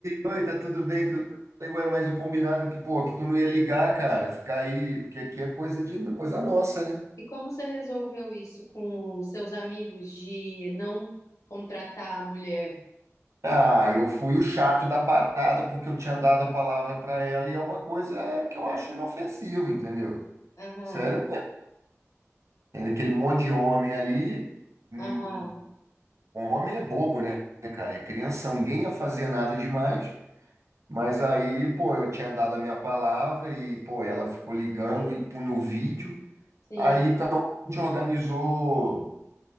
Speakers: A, on the right; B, on the left.
A: oi, tá tudo bem? Tudo... bem?" Eu Falei, ué, mas o combinado é que, pô, que tu não ia ligar, cara, ficar aí, porque aqui é coisa de coisa nossa, né?
B: E como você resolveu isso com seus amigos de não contratar a mulher?
A: Ah, eu fui o chato da parada porque eu tinha dado a palavra para ela e é uma coisa que eu acho inofensiva, entendeu?
B: Aham,
A: Sério, tem aquele monte de homem ali, hum,
B: aham,
A: homem é bobo, né, cara? É crianção, ninguém ia fazer nada demais. Mas aí, pô, eu tinha dado a minha palavra e, pô, ela ficou ligando e pô, no vídeo.
B: sim,
A: Aí então a gente organizou,